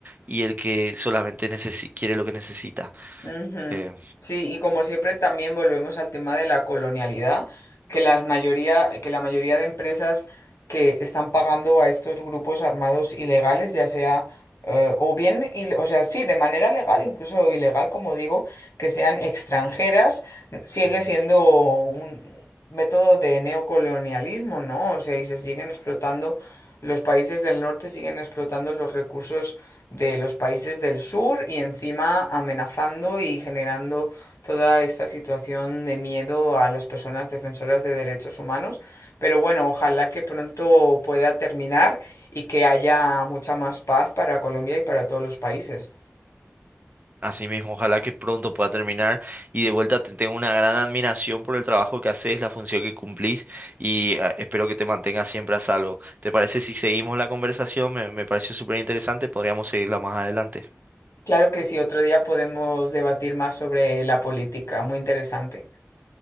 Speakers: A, on the right; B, on the left.
A: y el que solamente necesi- quiere lo que necesita.
B: Ujú.
A: Eh,
B: Sí, y como siempre también volvemos al tema de la colonialidad, que las mayoría, que la mayoría de empresas que están pagando a estos grupos armados ilegales, ya sea eh, o bien, il- o sea, sí, de manera legal, incluso ilegal, como digo, que sean extranjeras, sigue
A: Ujú.
B: siendo
A: ujú.
B: un método de neocolonialismo, ¿no? O sea, y se siguen explotando, los países del norte siguen explotando los recursos de los países del sur y encima amenazando y generando toda esta situación de miedo a las personas defensoras de derechos humanos. Pero bueno, ojalá que pronto pueda terminar y que haya mucha más paz para Colombia y para todos los países.
A: Así mismo, ojalá que pronto pueda terminar y de vuelta te tengo una gran admiración por el trabajo que haces, la función que cumplís y ah, espero que te mantengas siempre a salvo. ¿Te parece si seguimos la conversación? Me, me pareció súper interesante, podríamos seguirla más adelante.
B: Claro que sí, otro día podemos debatir más sobre la política, muy interesante.